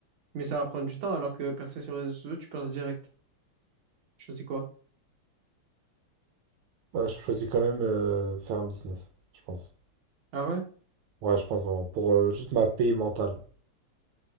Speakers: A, on the right (about 65°); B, on the right (about 85°).
A: Mais ça va prendre du temps, alors que percer sur les réseaux sociaux, tu perces direct. Tu choisis quoi?
B: Bah, je choisis quand même euh, faire un business, je pense.
A: Ah ouais?
B: Ouais, je pense vraiment. Pour euh, juste ma paix mentale.